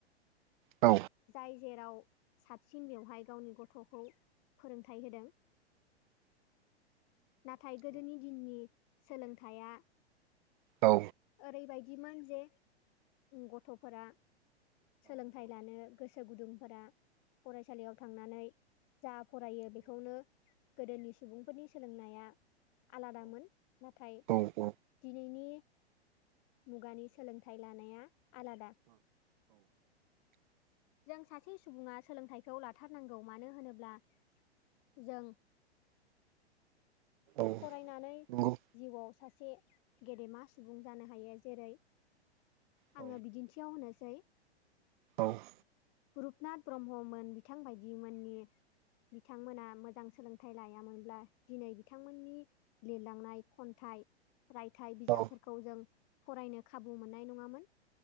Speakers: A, on the right; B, on the left.
A: औ
B: जाय जेराव साबसिन बेवहाय गावनि गथ'खौ फोरोंथाइ होदों। नाथाय गोदोनि दिननि सोलोंथाइया
A: औ।
B: ओरैबायदिमोन जे गथ'फोरा सोलोंथाइ लानो गोसो गुदुंफोरा फरायसालियाव थांनानै जा फरायो बेखौनो गोदोनि सुबुंफोरनि सोलोंनाया आलादामोन नाथाय
A: औ
B: दिनैनि मुगानि सोलोंथाइ लानाया आलादा जों सासे सुबुङा सोलोंथाइखौ लाथारनांगौ मानो होनोब्ला जों
A: औ
B: फरायनानै
A: नंगौ औ
B: जिउआव सासे गेदेमा सुबुं जानो हायो जेरै
A: औ
B: आङो बिदिन्थियाव होनोसै
A: औ
B: रुपनाथ ब्रह्ममोन बिथांबायदिमोननि बिथांमोना मोजां सोलोंथाइ लायामोनब्ला दिनै बिथांमोननि लिरलांनाय खन्थाइ रायथाइ बिजाबफोरखौ
A: औ
B: जों फरायनो खाबु मोननाय नङामोन